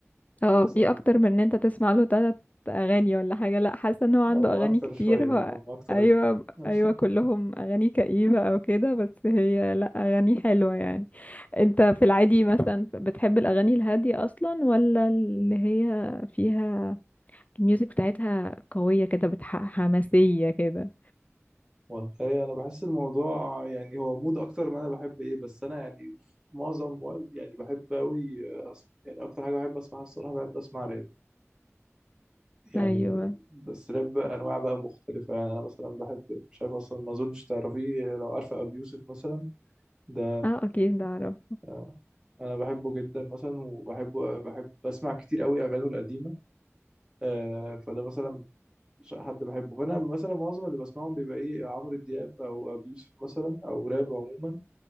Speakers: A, on the left (about 30°); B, on the right (about 15°).
A: اه
B: بس
A: في
B: أنا-
A: اكتر من ان انت تسمع له تلات اغاني ولا حاجه لا حاسه ان هو عنده
B: او ما
A: اغاني
B: اكتر
A: كتير
B: شويه او
A: هو
B: ما اكتر
A: ايوه
B: شويه
A: ايوه كلهم اغاني كئيبه او كده بس هي لا اغاني حلوه يعني انت في العادي مثلا بتحب الاغاني الهاديه اصلا ولا اللي هي فيها الميوزك بتاعتها قويه كده بتح... حماسيه كده
B: والله انا بحس الموضوع يعني هو مود اكتر ما انا بحب ايه بس انا يعني معظم وقت يعني بحب قوي أسمع، يعني اكتر حاجه بحب اسمعها الصراحه بحب اسمع راب يعني
A: ايوه
B: بس راب انواع بقى مختلفه يعني انا مثلا بحب مش عارف اصلا ما اظنش تعرفيه لو عارفه ابي يوسف مثلا ده
A: اه اكيد اعرف
B: آه، انا بحبه جدا مثلا وبحبه بحب بسمع كتير قوي اغانيه القديمه آه، فده مثلا ش- حد بحبه فانا مثلا معظم اللي بسمعهم بيبقى ايه عمرو دياب او ابي يوسف مثلا او راب عموما